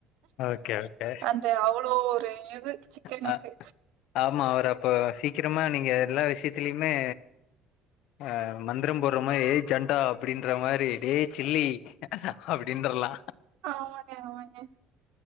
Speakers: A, on the left; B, on the right.
A: ஓகே, ஓகே.
B: அந்த அவ்ளோ ஒரு இது சிக்கனுக்கு
A: அ ஆமா அவர அப்போ சீக்கிரமா நீங்க எல்லா விஷயத்திலயுமே ஆ மந்தரம் போட்ற மாரி் ஏ ஜண்டா அப்டின்ற மாரி டேய் சில்லி அப்டின்றலா
B: ஆமாங்க ஆமாங்க